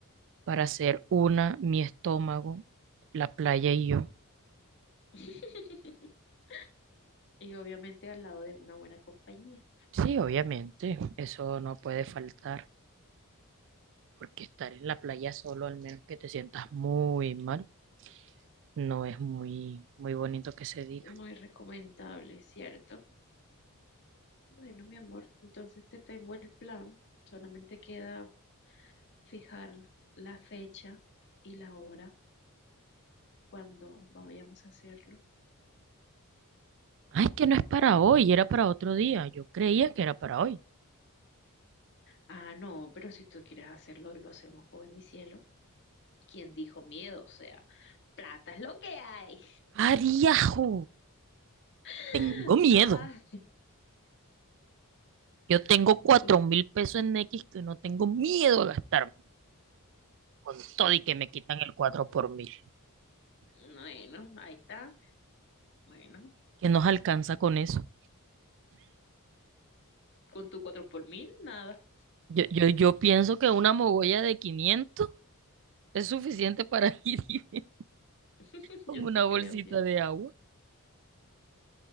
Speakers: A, on the right (about 55°); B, on the left (about 55°).
A: para hacer una, mi estómago, la playa y yo.
B: <laughs> Y obviamente al lado de una buena compañía.
A: Sí, obviamente, eso no puede faltar. porque estar en la playa solo, al menos que te sientas muy mal, no es muy, muy bonito que se diga.
B: Muy recomendable, ¿cierto? Bueno, mi amor, entonces te tengo el plan. Solamente queda fijar la fecha y la hora cuando vayamos a hacerlo.
A: Ay, que no es para hoy, era para otro día. Yo creía que era para hoy.
B: Ah, no, pero si tú quieres hacerlo, lo hacemos hoy, mi cielo. ¿Quién dijo miedo? O sea, plata es lo que hay.
A: ¡Ariajo!
B: <laughs>
A: Tengo miedo.
B: Ah,
A: Yo tengo cuatro
B: uf,
A: mil pesos en X que no tengo miedo a gastarme con todo y que me quitan el cuatro por mil.
B: bueno, ahí está. Bueno,
A: ¿Qué nos alcanza con eso?
B: con tu cuatro por mil, nada.
A: Yo, yo, yo pienso que una mogolla de 500 es suficiente para <laughs> ir y venir
B: <laughs>
A: con
B: Yo
A: una
B: sí creo,
A: bolsita
B: cielo.
A: de agua,